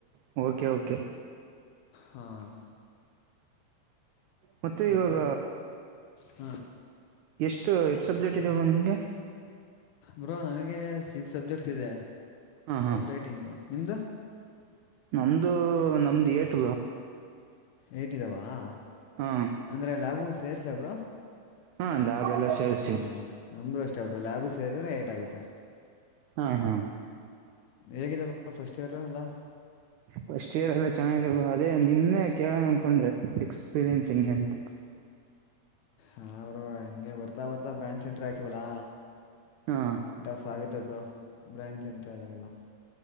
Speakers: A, on the right; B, on the left.
A: ಹ್ಮ ಓಕೆ ಓಕೆ.
B: ಹಾಂ
A: ಮತ್ತೆ
B: ಮತ್ತು
A: ಇವಾಗ
B: ಹಾಂ
A: ಎಷ್ಟು ಎಷ್ಟ ಸಬ್ಜೆಕ್ಟ್ ಇದವೆ ನಿನಗೆ
B: ಬ್ರೋ ನನಗೆ ಸಿಕ್ಸ್ ಸಬ್ಜೆಕ್ಟ್ಸ್ ಇದೆ
A: ಹಾ ಹಾ
B: ರೇಟಿಂಗು ನಿಮ್ಮದು
A: ನಮ್ದು ನಮ್ದು ಏಟ್
B: ಏ್ಟದ್ದಾವ <unintelligible>
A: ಹಾ
B: ಅಂದರೆ ಲ್ಯಾಬು ಸೇರಿಸಬರು
A: ಹಾ ಲ್ಯಾಬ್ ಎಲ್ಲ ಸೇರಿಸಿ
B: ಹ ನಮ್ದು ಅಷ್ಟೇಬ್ರು ಲ್ಯಾಬ್ ಸೇರಿದ್ರೆ ಏಟ್ ಆಗುತ್ತೆ
A: ಹಾ ಹಾ
B: ಹೇಗಿದೆ ಬ್ರೋ ಫಸ್ಟ್ ಇಯರ್ ಎಲ್ಲಾ
A: ಫಸ್ಟ್ ಇಯರ್ ಎಲ್ಲ ಚೆನ್ನಾಗಿದೆ ಅದೇ ನಿಮ್ನೆ ಕೇಳೋಣ ಅನ್ಕೊಂಡ್ರೆ ಎಕ್ಸ್ಪೀರಿಯನ್ಸ್ ಹಿಂಗೆ ಅಂತ
B: ನಾವು ಹಂಗೆ ಬರ್ತಾ ಬರ್ತಾ ಬ್ರಾಂಚ್ ಸಂಟ್ರ ಆಗ್ತವಲಾ
A: ಹಾ
B: ಟಫ್ ಆಗುತ್ತೆ ಬ್ರೋ ಬ್ರ್ಯಾಂಡ್ ಸೆಂಟ್ರ ಅದಾಗೆಲ್ಲ